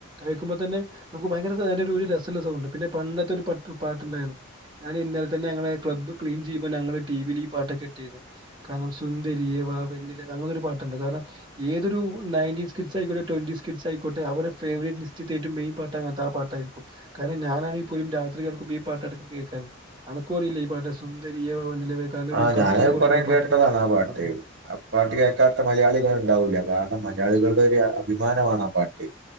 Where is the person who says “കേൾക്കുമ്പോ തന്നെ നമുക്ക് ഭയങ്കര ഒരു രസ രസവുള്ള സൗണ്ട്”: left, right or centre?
Right